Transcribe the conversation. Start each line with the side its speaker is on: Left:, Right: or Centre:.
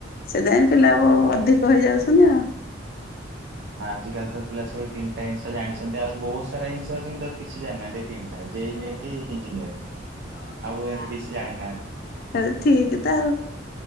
Left: ସେଥିାପଇଁ ପିଲା ବ
Right: ହଁ
Left: ଅଧିକ ହେଇଯାଉଛନ୍ତି ଆଉ।
Right: ଆଜି କାଲି ତ ପିଲା ସବୁ ତିନିଟା ଜିନିଷଯାଣିଛନ୍ତି ଆଉ ବହୁତ ସାରା ଜିନିଷ ଅଛି କିନ୍ତୁ କିଛି ଜାଣିନାହାନ୍ତି। ତିନିଟା ଯେଇ, ନୀଟ୍, ଇଞ୍ଜିନିୟର ଆଉ ଏମିତି କିଛି ଜାଣିନାହାନ୍ତି।
Left: ହେରେ ଠିକ୍ ତ ଆଉ